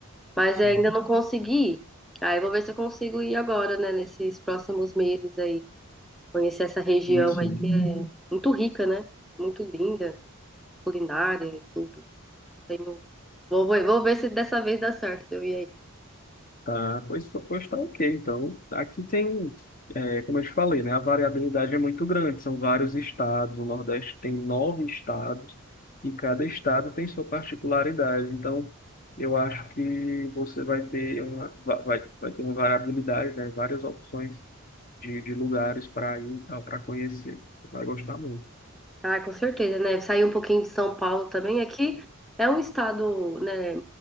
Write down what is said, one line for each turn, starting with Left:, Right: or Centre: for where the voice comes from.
Centre: mas
Left: Sim,
Centre: ainda não consegui. ir. Aí eu vou ver se eu consigo ir agora, né? Nesses próximos meses aí, conhecer essa região
Left: sim. sim.
Centre: aí que é muito rica, né? Muito linda, culinária e tudo. Tenho... Vou, vou, vou ver se dessa vez dá certo de eu ir aí.
Left: Tá, pois, pois tá ok. Então, aqui tem, é, como eu te falei, né? A variabilidade é muito grande, são vários estados. O Nordeste tem nove estados e cada estado tem sua particularidade. Então, eu acho que você vai ter uma, va- vai, vai ter uma variabilidade, né? Várias opções de, de lugares para ir e tal, para conhecer. Você vai gostar muito.
Centre: Ah, com certeza, né? Sair um pouquinho de São Paulo também. Aqui é um estado, né?